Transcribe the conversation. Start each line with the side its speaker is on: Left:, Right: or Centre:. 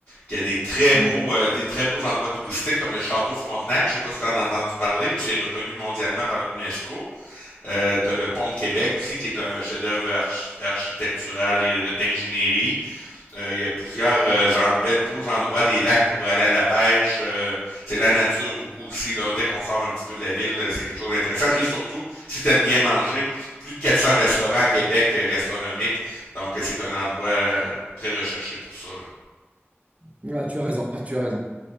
Left: qui a des très
Right: Ouais.
Left: beaux, euh, des très beaux endroits touristiques comme le Château Frontenac. Je sais pas si tu en as entendu parler, mais c'est reconnu mondialement par l'UNESCO. Euh, tu as le Pont de Québec aussi, qui est un chef-d'œuvre arch- architectural et d'ingénierie. Euh, il y a plusieurs euh, gen- beaux endroits, des lacs pour aller à la pêche. euh, c'est la nature beaucoup aussi. Là. Dès qu'on sort un petit peu de la ville, euh, c'est quelque chose d'intéressant. Et surtout, si tu aimes bien manger, plus de 400 restaurants à Québec euh, gastronomiques. Donc, euh, c'est un endroit euh, très recherché pour ça. Là.
Right: Ouais, tu as raison, <laughs> tu as raison.